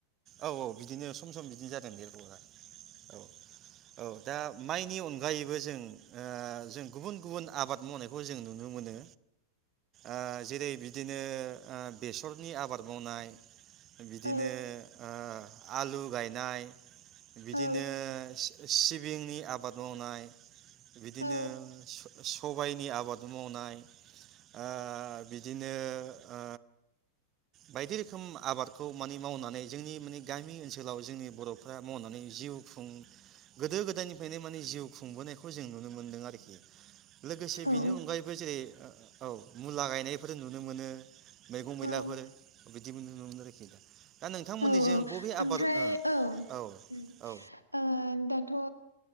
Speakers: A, on the right; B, on the left.
A: औ औ बिदिनो सम सम बिदिनो जादों नेतवरक औ औ दा माइनि अनगायैबो जों ओ जों गुबुन गुबुन आबाद मावनायखौ जों नुनो मोनो आ जेरै बिदिनो बिदिनो आ बेसरनि आबाद मावनाय बिदिनो
B: औ
A: ओ आलु गायनाय बिदिनो
B: औ
A: से सिबिंनि आबाद मावनाय बिदिनो
B: औ
A: सु सबाइनि आबाद मावनाय आ बिदिनो ओ बायदि रोखोम आबादखौ मानि मावनानै जोंनि माने गामि ओनसोलाव जोंनि बर'फ्रा मावनानै जिउ खुं गोदो गोदायनि <unintelligible> माने जिउ खुंबोनायखौ जों नु नो मोनदों आरोखि लोगोसे
B: औ
A: बिनि अनगायैबो जेरै ओ-ओ औ मुला गाय नायफोर नुनो मोनो मैगं मैलाफोर
B: औ
A: दिबो नुनो मोनो आरो खि दा नोंथांमोननिजों
B: औ औ
A: बबे
B: आमफ्राय
A: आबाद
B: औ ओम
A: ओ औ
B: ओ दाथ'